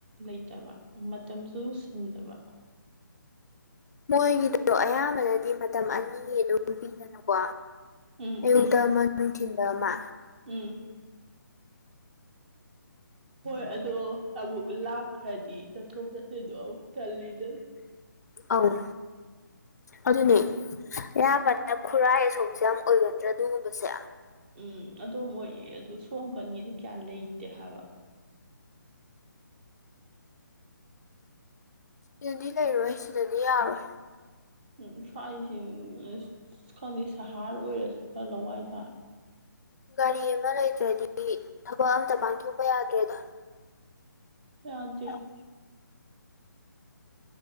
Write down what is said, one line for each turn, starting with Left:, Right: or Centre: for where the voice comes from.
Right: ꯂꯩꯇꯕ ꯃꯇꯝꯁꯨ ꯁꯪꯗꯕ
Left: ꯃꯣꯏꯒꯤꯗꯣ ꯑꯌꯥꯝꯕꯅꯗꯤ ꯃꯇꯝ ꯑꯅꯤ ꯑꯗꯨꯝ ꯄꯤꯗꯅꯀꯣ
Right: ꯎꯝ
Left: ꯑꯌꯨꯛꯇ ꯑꯃ ꯅꯨꯡꯇꯤꯟꯗ ꯑꯃ
Right: ꯎꯝ ꯍꯣꯏ ꯑꯗꯣ ꯑꯃꯨꯛ ꯂꯥꯞꯈ꯭ꯔꯗꯤ ꯆꯠꯊꯣꯛ ꯆꯠꯁꯤꯗꯣ ꯑꯃꯨꯛ ꯇꯜꯂꯤꯗ
Left: ꯑꯍꯝ ꯑꯧ ꯑꯗꯨꯅꯦ ꯑꯌꯥꯝꯕꯅꯥ ꯈꯨꯔꯥꯏ ꯑꯁꯣꯝꯁꯦ ꯌꯥꯝ ꯑꯣꯏꯒꯟꯗꯔꯥ ꯑꯗꯨꯒꯨꯝꯕꯁꯦ
Right: ꯎꯝ ꯑꯗꯨ ꯑꯣꯏꯌꯦ ꯑꯗꯨ ꯁꯣꯝ ꯅꯀꯟꯒꯤꯗꯤ ꯀꯌꯥ ꯂꯩꯇꯦ ꯍꯥꯏꯕ
Left: ꯁꯤꯗꯗꯤ ꯂꯩꯔꯣꯏ ꯁꯤꯗꯗꯤ ꯌꯥꯔꯣꯏ
Right: ꯎꯝ ꯁ꯭ꯋꯥꯏꯁꯤ ꯑꯁ ꯈꯪꯗꯦ ꯁ꯭ꯍꯥꯔ ꯑꯣꯏꯔꯁꯨ ꯈꯔ ꯂꯋꯥꯏ ꯇꯥꯔꯦ
Left: ꯒꯥꯔꯤ ꯑꯃ ꯂꯩꯇ꯭ꯔꯥꯗꯤ ꯊꯕꯛ ꯑꯝꯇꯥ ꯄꯥꯡꯊꯣꯛꯄ ꯌꯥꯗ꯭ꯔꯦꯗ
Right: ꯌꯥꯗꯦ
Left: <inaudible>